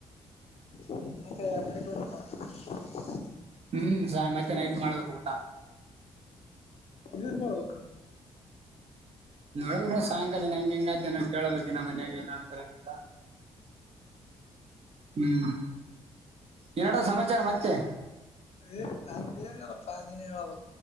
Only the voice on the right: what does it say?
ಹ್ಮ್ ಮತ್ತೆ ನೈಟ್ ಮಾಡ್ಬೇಕು ಊಟ
ನೋಡ್ಬ ನೀ ಸಾಯಂಕಾಲ ನ ಹೆಂಗ ಹಿಂಗಾದ್ದೇ ನ ಕೇಳಳ್ಬೇಕುನ್ನ ಮನ್ಯಾಗ ಏನ ಅಂತಿಲ್ಲ ಹ್ಮ್ ಏನಡ ಸಮಾಚಾರ ಮತ್ತೆ